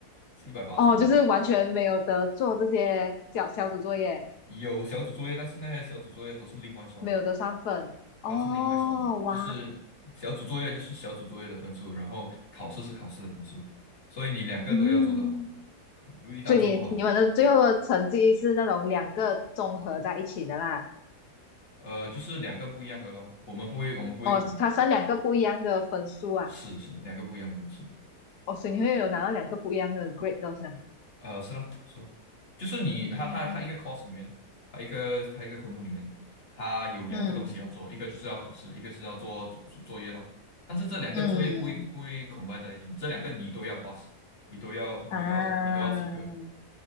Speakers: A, on the left (about 40°); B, on the left (about 80°).
A: 是一百八十的嘞。
B: <laughs> 哦，就是完全没有得做这些小小组作业，
A: 有小组作业，但是那些小组作业都是另外算的，
B: 没有得上分。哦，
A: 它是另外算的，
B: 哇，
A: 就是小组作业就是小组作业的分数，然后考试是考试的分数，所以你两个都要做得好，
B: 嗯，
A: 如一旦做不好。
B: 所以你你们的最后的成绩是那种两个综合在一起的啦。
A: 呃，就是两个不一样的咯。我们不会，我们不会恐，
B: 哦，它算两个不一样的分数啊，
A: 呃，是是两个不一样的分数。
B: 哦，所以你会有拿到两个不一样的 grade 都是啊
A: 呃，是咯，是咯，就是你，
B: 嗯
A: 他他他一个 course 里面，他一个他一个科目里面，他有两个东西要做，
B: 嗯
A: 一个就是要考试，一个是要做主主作业咯。但是这两个作业不会不会
B: 嗯，
A: c o 在一起，这两个你都要 pass，你都要你都要你都要及格
B: 啊，